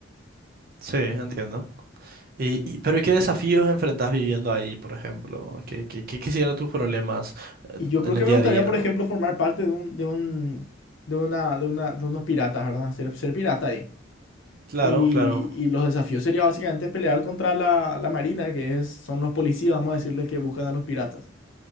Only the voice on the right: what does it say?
Sí, entiendo. Y, y- pero ¿y qué desafíos enfrentás viviendo ahí, por ejemplo? ¿Qué, qué, qué quisieran tus problemas en
en
el día
a día?
Claro,
claro.